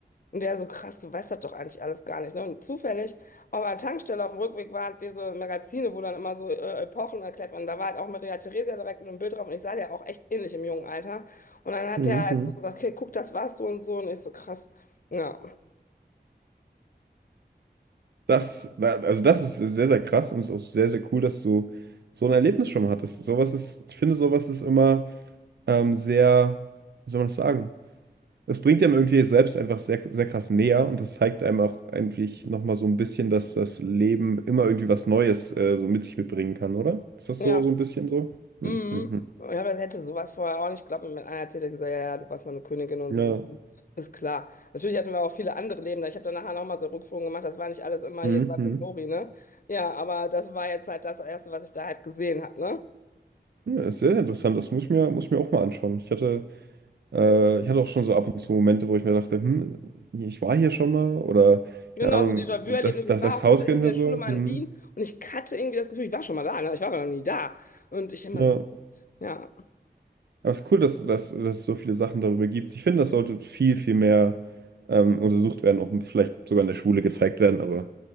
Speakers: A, on the left; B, on the right.
A: Und der so, krass, du weißt das doch eigentlich alles gar nicht. Ne? Und zufällig auf einer Tankstelle auf dem Rückweg waren diese Magazine, wo dann immer so äh, Epochen erklärt werden. Da war halt auch Maria Theresia direkt mit einem Bild drauf. Und ich sah der auch echt ähnlich im jungen Alter. Und dann hat
B: mhm,
A: er halt
B: mhm.
A: so gesagt, okay, guck, das warst du und so. Und ich so, krass. Ja,
B: Das, war also das ist sehr, sehr krass und ist auch sehr, sehr cool, dass du so ein Erlebnis schon mal hattest. Sowas ist, ich finde, sowas ist immer ähm, sehr, wie soll man das sagen? Das bringt einem irgendwie selbst einfach sehr, sehr krass näher und das zeigt einem auch eigentlich nochmal so ein bisschen, dass das Leben immer irgendwie was Neues äh, so mit sich mitbringen kann, oder? Ist das
A: ja.
B: so, so ein bisschen so? Hm,
A: Mhm.
B: hm, hm.
A: Ja, aber das hätte sowas vorher auch nicht geglaubt. Und mit einer erzählt er gesagt, ja, ja, du warst meine Königin und
B: Ja,
A: so. Mhm. Ist klar. Natürlich hatten wir auch viele andere Leben. Ich habe dann nachher nochmal so Rückführungen gemacht. Das war nicht alles immer
B: hm,
A: hier Glanz
B: hm.
A: und Glory, ne? Ja, aber das war jetzt halt das Erste, was ich da halt gesehen habe, ne?
B: Ja, ist sehr interessant. Das muss ich mir, muss ich mir auch mal anschauen. Ich hatte. Äh, ich hatte auch schon so ab und zu Momente, wo ich mir dachte, hm, ich war hier schon mal oder keine
A: Genau,
B: Ahnung,
A: so Déjà-vu-Erlebnis.
B: das, das,
A: Ich war
B: das
A: auch
B: Haus
A: tatsächlich
B: kennen
A: mit
B: wir
A: der
B: so.
A: Schule mal
B: Hm,
A: in Wien und ich hatte irgendwie das Gefühl, ich war schon mal da, ne? Ich war aber noch nie da. Und ich immer
B: ja.
A: so, ja.
B: Aber es ist cool, dass, dass, dass es so viele Sachen darüber gibt. Ich finde, das sollte viel, viel mehr ähm, untersucht werden, auch vielleicht sogar in der Schule gezeigt werden, aber